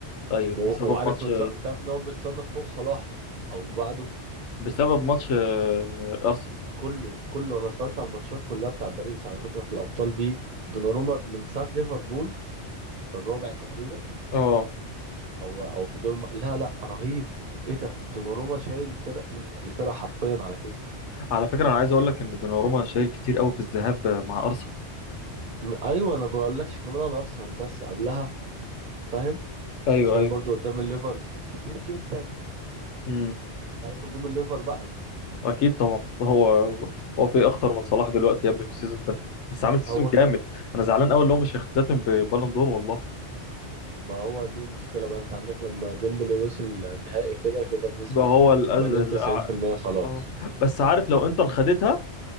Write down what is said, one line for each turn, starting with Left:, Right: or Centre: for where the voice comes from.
Left: ايوه
Right: و...
Left: بسبب
Right: وعارف
Left: ماتش
Right: متص... تعرف ان هو متصنف فوق صلاح او بعده
Left: بسبب ماتش آه، ارسنال
Right: كله كله انا اتفرجت على الماتشات كلها بتاع باريس على فكره في الابطال دي دوناروما من ساعه ليفربول في الرابع تقريبا
Left: اه
Right: او او في دور الم- لا لا رهيب ايه ده دوناروما شايل الفرق الفرقه حرفيا على كتفه
Left: على فكرة انا عايز اقول لك ان دوناروما شايل كتير قوي في الذهاب مع ارسنال
Right: م- ايوه انا بقول لكش كمان على ارسنال بس قبلها فاهم
Left: ايوه
Right: كان شايل
Left: ايوه
Right: برضو قدام الليفر كتير جدا
Left: امم
Right: تعرف هجوم الليفر بقى
Left: اكيد طبعا ده هو هو في اخطر من صلاح دلوقتي يا ابني في السيزون ده بس عامل سيزون
Right: هو
Left: جامد انا زعلان قوي اللي هو مش هيختتم ببالون دور والله
Right: ما هو دي مشكلة بقى انت عندك لما ديمبلي وصل النهائي كده كده بنسبة
Left: ده هو الأز...
Right: 80
Left: الأع...
Right: 90% خلاص
Left: اه آه. بس عارف لو انتر خدتها